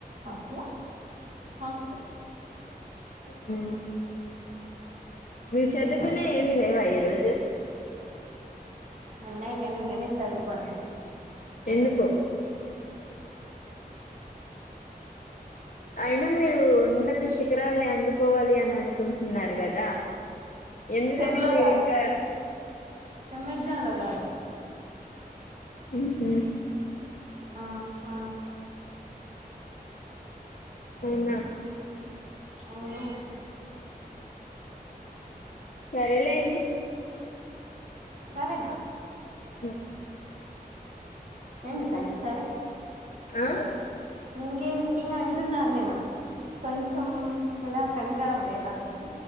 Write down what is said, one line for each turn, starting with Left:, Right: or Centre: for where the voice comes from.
Right: హాస్టల హాస్టల్
Left: ఊ మీ చదువుకునేవి ఏమి లేవా ఈ రోజు
Right: ఉన్నాయి కానీ నేనే చదువుకోనండి ఇంట్రెస్ట్
Left: ఎందుకు
Right: లే
Left: అయినా మీరు ఉన్నత శిఖరాల్ని అందుకోవాలి అని అనుకుంటున్నారు కదా ఎందుకని
Right: సెమ్ లో
Left: మీరు
Right: కాదు
Left: ఇంకా
Right: సెమ్ ఎగ్జామ్ లో కాదు
Left: మ్మ్ హ్మ్
Right: ఆ అవును
Left: అవునా
Right: అవును
Left: సరేలేండి
Right: సరేనా
Left: హ్మ్
Right: ఎందుకండి సరే
Left: ఆ
Right: ఇంకేంటి అంటున్నాను నేను కొంచెం కూడా కనికరం లేదా మీకు